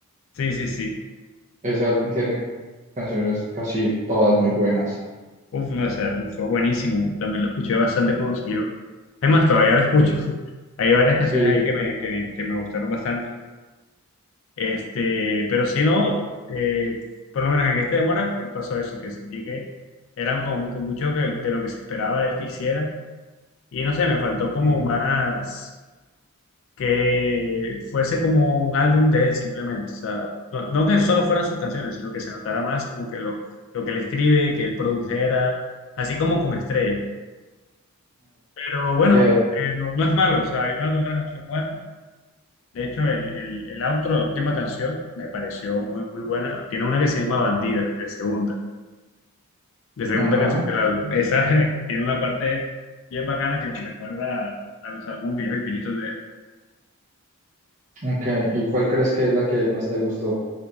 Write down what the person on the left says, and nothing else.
sí, sí, sí.
Uf, no, ese álbum fue buenísimo. También lo escuché bastante cuando salió. Es más, todavía lo escucho. <laughs> Hay varias canciones
ahí que me, que, que me gustaron bastante. Este, pero si no, eh, por lo menos en este demora me pasó eso, que sentí que eran como que mucho que- de lo que se esperaba de él que hiciera. Y no sé, me faltó como
más que fuese como un álbum de él simplemente. O sea, no, no que solo fueran sus canciones, sino que se notara más como que lo, lo que él escribe, que él produjera, así como con Estrella. Pero bueno,
eh, no, no es malo, o sea, hay una que otra canción buena. De hecho, el, el, el outro, la última canción, me pareció muy, muy buena. Tiene una que se llama Bandida, de segunda, de segunda
canción del álbum. Esa <laughs> que tiene una parte bien bacana que me recuerda a, a los álbumes viejos y viejitos de él.